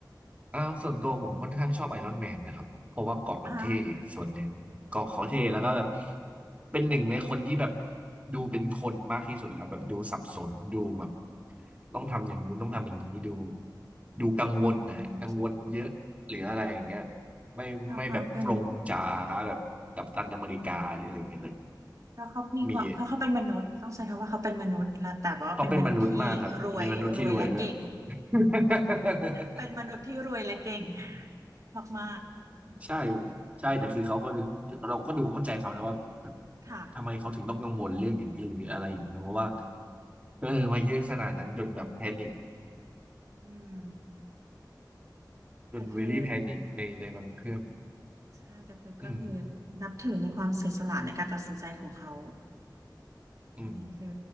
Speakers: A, on the right; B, on the right.
A: อ่าส่วนตัวผมค่อนข้างชอบไอรอนแมนนะครับเพราะว่าเกราะมันเท่ส่วนหนึ่งเกราะเขาเท่แล้วก็แบบ
B: อ่า
A: เป็นหนึ่งในคนที่แบบดูเป็นคนมากที่สุดแล้วแบบดูสับสนดูแบบต้องทำอย่างงู้นต้องทำอย่างนี้ดูดูกังวลนะฮะกังวลเยอะหรืออะไรอย่างเงี้ย
B: อืม
A: ไม่ไม่แบบตรงจ๋าแบบกัปตันอเมริกาหรืออะไรอย่างเงี้ยแต่
B: เพราะเขาเป็น เพราะเขามีความเพราะเขาเป็นมนุษย์ต้องใช้คำว่าเขาเป็นมนุษย์แล้วแต่ว่าเป็นมนุษย์ที่รวยรวยและเก่ง
A: มีเขาเป็นมนุษย์มากครับแต่เป็นมนุษย์ที่รวยด้วย <laughs>
B: เป็นมนุษย์ที่รวยและเก่ง <laughs> มาก
A: ใช่ใช่แต่คือเขาก็เราก็ดูเข้าใจเขานะว่าแบบ
B: ๆค่ะ
A: ทำไมเขาถึงต้องกังวลเรื่องอย่างนี้หรืออะไรอย่างเงี้ยเพราะว่าเออมาเยอะขนาดนั้นจนแบบแพนิค
B: อืมแต่คือ
A: จนเวลี่แพนิคในในบางเครื่อง
B: ใช่แต่คือก็คือนับถือในความเสียสละในการตัดสินใจของเขา
A: อืมอืม
B: อันนี้คือ